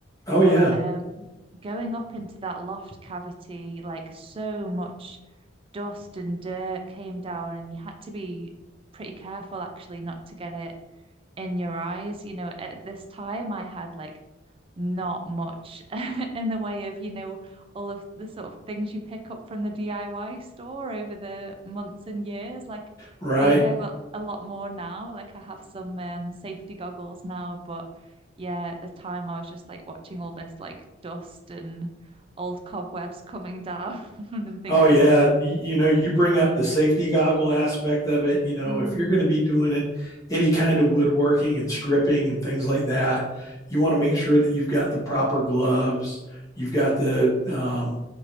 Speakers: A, on the left; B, on the right.
A: Oh,
B: but
A: yeah.
B: um, going up into that loft cavity, like so much dust and dirt came down, and you had to be pretty careful actually not to get it in your eyes. You know, at this time, I had like not much <laughs> in the way of, you know, all of the sort of things you pick up from the DIY store over the months and years. Like,
A: Right.
B: I think I have a, a lot more now. Like, I have some um, safety goggles now, but yeah, at the time I was just like watching all this like dust and old cobwebs coming down <laughs> and thinking,
A: Oh yeah, you, you know, you bring
B: yeah,
A: up the safety goggle aspect of it. You know,
B: mm,
A: if you're going to be doing an, any kind of woodworking and stripping and things like that, you want to make
B: mm,
A: sure that you've got the proper gloves, you've got the um,